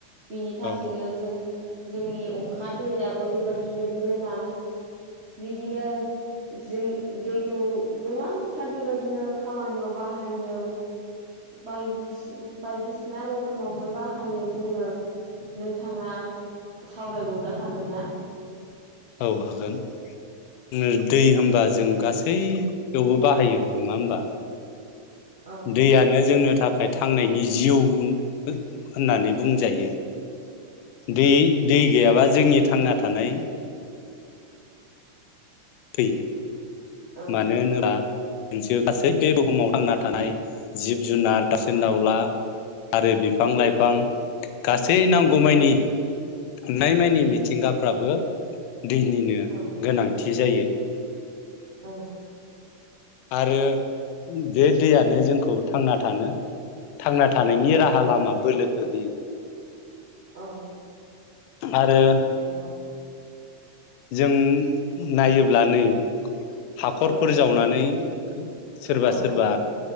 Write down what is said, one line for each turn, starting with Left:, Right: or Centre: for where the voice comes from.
Right: बिनि थाखायनो
Left: औ
Right: जों जोंनि अखा दैयाबो बे बायदिनो गोनां बिदिनो जों दैखौ गोबांथार बेबायदिनो खामानियाव बाहायो बायदिसि‌ बायदिसिना रोखोमावनो बाहायो जोङो नोंथाङा सावरायबावनो हागोन ना
Left: औ‌‌ हागोन नै दै होनबा जों गासैयावबो बाहायो नङा होमबा
Right: औ
Left: दैयानो जोंनो थाखाय थांनायनि जिउ होन होननानै बुंजायो दै दै गैयाबा जोंनि थांना थानाय थै
Right: औ
Left: मानो होनोबा मोनसे गासै बे बुहुमाव थांना थानाय जिब जुनार दाउसिन
Right: औ
Left: दाउला आरो बिफां लाइफां गासै नांगौ मानि नुनाय मानि मिथिंगाफ्राबो दैनिनो
Right: औ
Left: गोनांथि जायो <unintelligible>
Right: औ।
Left: आरो बे दैयानो जोंखौ थांना थानो थांना थानायनि
Right: औ
Left: राहा लामा बोलो ओ हैयो।
Right: औ।
Left: आरो
Right: नंगौ।
Left: जों नायोब्ला नै हाखरफोर
Right: औ
Left: जावनानै खो सोरबा
Right: औ
Left: सोरबा